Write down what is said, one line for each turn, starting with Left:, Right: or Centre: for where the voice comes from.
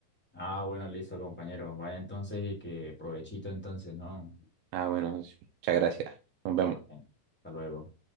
Centre: ah, bueno, listo, compañero. Vaya entonces y que provechito entonces, ¿no?
Right: Ah, bueno, socio, muchas gracias. Nos vemos.
Centre: Bueno, hasta luego.